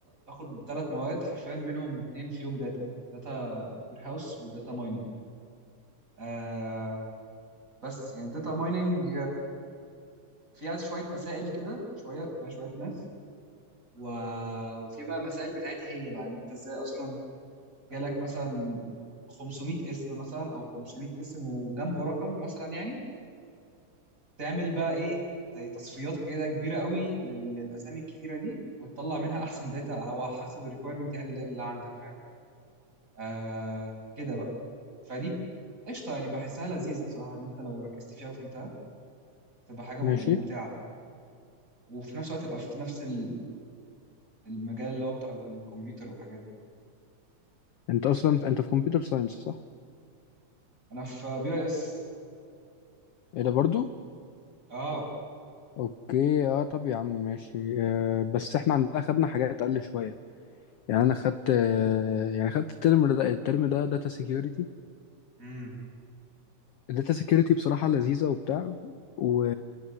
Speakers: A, on the right; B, on the left.
A: باخد ثلاث مواد حرفيا منهم اتنين فيهم داتا داتا وير هاوس وداتا مايننج آه بس يعني الداتا مايننج فيها شويه مسائل كده شويه فيها شويه ماس و... وفي بقى مسائل بتاعتها هي بقى ان انت ازاي اصلا جالك مثلا 500 اسم مثلا او 500 اسم وجنبه رقم مثلا يعني تعمل بقى ايه زي تصفيات كده كبيره قوي لل- للاسامي الكتيره دي وتطلع منها احسن داتا او حسب الريكويرمنت يعني اللي اللي عندك فاهم آه كده بقى فدي قشطه يعني بحسها لذيذه بصراحه ان انت لو ركزت فيها وفهمتها تبقى حاجه مم-
B: ماشي
A: ممتعه وفي نفس الوقت تبقى في نفس ال- المجال اللي هو بتاع الكمبيوتر والحاجات دي
B: انت اصلا انت في كمبيوتر ساينس صح
A: انا في بي اي اس
B: ايه ده برضو
A: اه
B: اوكي اه طب يا عم ماشي آه بس احنا عندنا خدنا حاجات اقل شويه يعني انا خدت آه يعني خدت الترم ده الترم ده داتا سيكيورتي
A: امم
B: الداتا سيكيورتي بصراحه لذيذه وبتاع و...